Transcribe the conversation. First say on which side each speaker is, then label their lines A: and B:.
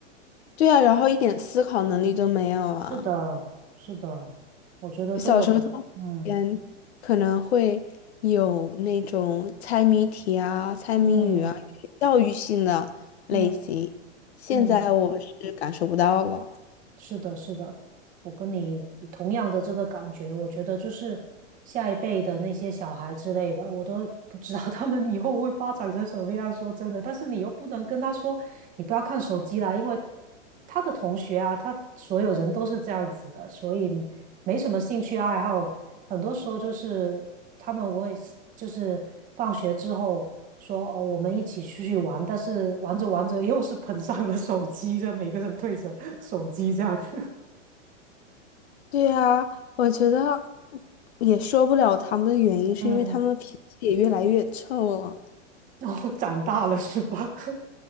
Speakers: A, on the left (about 60°); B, on the right (about 20°).
A: 对啊，然后一点思考能力都没有啊。
B: 是的，是的，我觉得这个，
A: 小时候动物园可能会有那种猜谜题啊、
B: 嗯
A: 猜谜语啊，
B: 嗯
A: 教育性的类型。
B: 嗯
A: 现在我是感受不到了。
B: 嗯。嗯是的，是的，我跟你同样的这个感觉，我觉得就是下一辈的那些小孩之类的，我都 <laughs> 不知道 <laughs> 他们以后会发展成什么样。说真的，但是你又不能跟他说你不要看手机啦，因为他的同学啊，他所有人都是这样子的，所以没什么兴趣爱好，很多时候就是。他们我也就是放学之后说哦，我们一起出去玩，但是玩着玩着又是捧上了手机，这样每个人对着手机这样，<laughs>
A: 对呀，我觉得也说不了他们的原因，是因为他们的脾气也越来越臭了。
B: 嗯，然后长大了是吧？